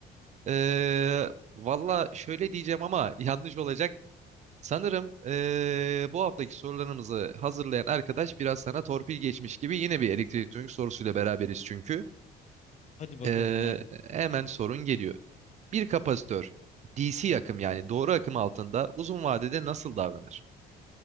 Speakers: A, on the right (about 45°); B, on the left (about 40°).
A: Ee, valla şöyle diyeceğim ama <laughs> yanlış olacak. Sanırım ee, bu haftaki sorularımızı hazırlayan arkadaş biraz sana torpil geçmiş gibi yine bir elektronik sorusuyla beraberiz çünkü.
B: Hadi bakalım
A: Ee,
B: merak ettim.
A: hemen sorun geliyor. Bir kapasitör DC akım yani doğru akım altında uzun vadede nasıl davranır?